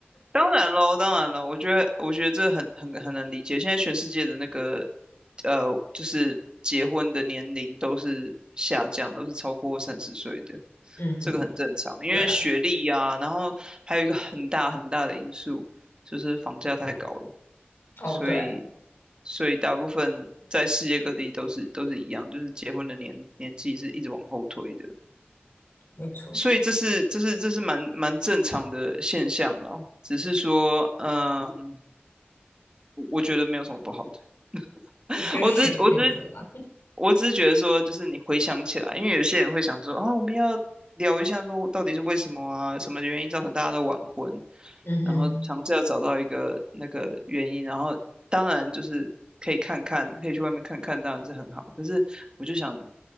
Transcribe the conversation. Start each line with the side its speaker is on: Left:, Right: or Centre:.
Right: 当然喽，当然了，我觉得，我觉得这很很很能理解。现在全世界的那个，呃，就是结婚的年龄都是下降，都是超过三十岁的，
Left: 嗯哼，
Right: 这个很正常。因为学历呀，
Left: 对啊，
Right: 然后还有一个很大很大的因素就是房价太高了，
Left: 哦，
Right: 所以
Left: 对啊，
Right: 所以大部分在世界各地都是都是一样，就是结婚的年年纪是一直往后推的。
Left: 没错，
Right: 所以这是这是这是蛮蛮正常的现象了，只是说，嗯，我我觉得没有什么不好的，<laughs>
Left: 有些选选择嘛。
Right: 我只是我只是我只是觉得说，就是你回想起来，因为有些人会想说，啊，我们要聊一下，说到底是为什么啊，什么原因造成大家都晚婚，
Left: 嗯哼，
Right: 然后尝试要找到一个那个原因，然后当然就是可以看看，可以去外面看看，当然是很好。可是我就想，